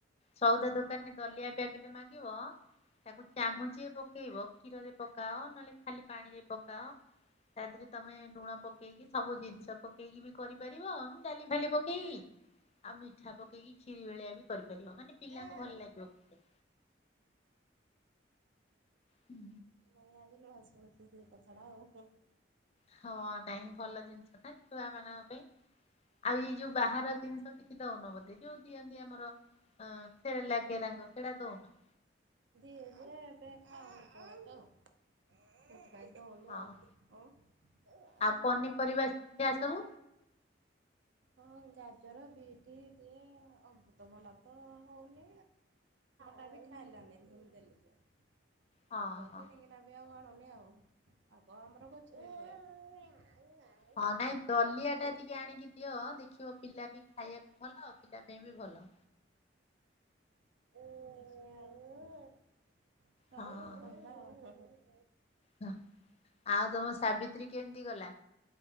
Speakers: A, on the left; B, on the right.
A: ସଉଦା ଦୋକାନରେ ଦଲିଆ ପ୍ୟାକେଟ ମାଗିବ ତାକୁ ଚାମୁଚେ ପକେଇବ କ୍ଷୀରରେ ପକାଅ ନହେଲେ ଖାଲି ପାଣିରେ ପକାଅ ତା ଦେହରେ ତମେ ଲୁଣ ପକେଇକି ସବୁ ଜିନିଷ ପକେଇକି ବି କରିପାରିବ ଇଁ ଡାଲି ଫାଲି ପକେଇକି ଆଉ ମିଠା ପକେଇକି ଖିରି ଭଳିଆ ବି କରିପାରିବ ମାନେ ପିଲାଙ୍କୁ
B: ଓହୋ।
A: ଭଲ ଲାଗିବ <inaudible> ହୁଁ।
B: <unintelligible>
A: ହଁ ନାଇଁ ଭଲ ଜିନିଷ ନା ଛୁଆ ମାନଙ୍କ ପାଇଁ ଆଉ ଏଇ ଯୋଉ ବାହାର ଜିନିଷ କି ଦଉନ ବୋଧେ ଯୋଉ ଦିଅନ୍ତି ଆମର ଆଁ ସେରେଲା କେରଙ୍ଗ ସେଟା ଦଉନ
B: ଦିଆ ଯାଏ ଏବେ ଖାଉନି କଉଟା ତ ସେଥିପାଇଁ ଦଉନି
A: ହଁ
B: ଆଉ ଅ
A: ଆଉ ପନିପରିବା ସିଝା ସବୁ
B: ହଁ ଗାଜର ବିଟି ଦିଏ ଅମୃତଭଣ୍ଡା ତ ହଉନି ଟା ବି ଖାଇଲାନି ଭୁମି ଦେଲି ଯେ ତ
A: ହଁ ହଁ।
B: କିଣିକିନା ବି ଆଉ ଆଣୁନି ଆଉ ଆଗ ଆମର ଗଛ ରେ ହୁଏ। ଆଉ
A: ହଁ ନାଇଁ ଦଲିଆ ଟା ଟିକେ ଆଣିକି ଦିଅ ଦେଖିବ ପିଲା ବି ଖାଇବାକୁ ଭଲ ପିଲା ପାଇଁ ବି ଭଲ।
B: <unintelligible>
A: ହଁ ହଁ। ଆଉ ତମ ସାବିତ୍ରୀ କେମିତି ଗଲା?